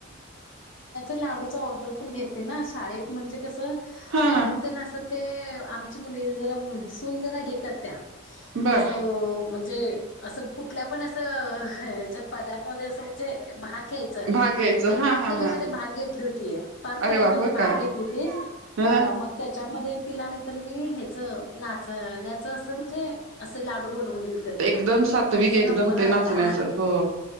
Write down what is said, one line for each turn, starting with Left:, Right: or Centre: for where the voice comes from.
Left: लाडू ऑर्डर पण घेते ना शाळेत म्हणजे कस
Right: हा
Left: मॅडम
Right: हा
Left: ते नसत ते मुली जरा सून जरा हे करत्या
Right: बरं
Left: असं म्हणजे असं कुठल्या पण असं हच्यात पदार्थामध्ये असं म्हणजे भ घ्यायचं
Right: भाग घ्यायचं
Left: ते
Right: हा
Left: पाक
Right: हा
Left: कलेमध्ये
Right: हा
Left: भाग घेतलीं होती पाकलें
Right: अरे वा
Left: मध्ये
Right: होय
Left: भांग
Right: का
Left: घेतलीं होती
Right: ह
Left: हां मंग त्यांच्या मध्ये तिला नाहीं तरं मी हेच नाचण्यां नच असं म्हणजे असं लाडू बनवून दिलंत तिला
Right: एकदम सात्विक
Left: मंग तिच्या
Right: एकदम
Left: नंबर
Right: ते
Left: आलतां
Right: नाचण्याचं हो